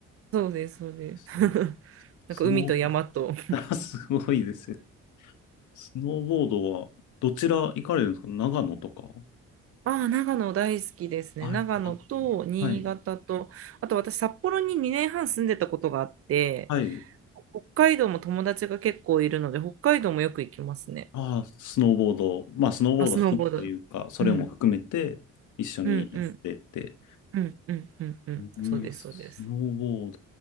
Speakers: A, on the right; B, on the left.
A: そうです、そうです。
B: すね。
A: <laughs> なんか海と山と。
B: スノーボード、<laughs> すごいですよ。スノーボードはどちら行かれるんですか長野とか
A: ああ、長野大好きですね。
B: はい。
A: 長野と新潟と、
B: 長野はい。
A: あと私、札幌に2年半住んでたことがあって、
B: はい。
A: 北海道も友達が結構いるので、北海道もよく行きますね。
B: ああ、スノーボード、まあ、スノーボード趣味というか、
A: あ、スノーボード。
B: それも含めて一緒にやってて、
A: うん、うん、うん、うん、うん、うん、うん、
B: うん、
A: そうです、
B: スノーボー
A: そうです。